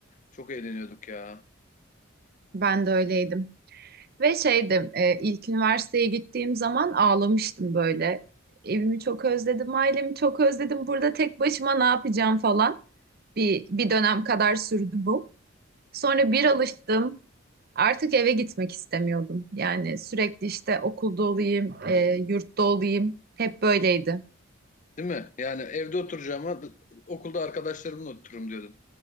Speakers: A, on the left; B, on the right.
A: Çok eğleniyorduk ya.
B: Ben de öyleydim. Ve şeydim e, ilk üniversiteye gittiğim zaman ağlamıştım böyle. Evimi çok özledim, ailemi çok özledim. Burada tek başıma ne yapacağım falan. Bir, bir dönem kadar sürdü bu. Sonra
A: Hmm.
B: bir alıştım. Artık eve gitmek istemiyordum. Yani sürekli işte okulda olayım, e, yurtta olayım. Hep böyleydi.
A: Değil mi? Yani evde oturacağıma d- okulda arkadaşlarımla otururum diyordum.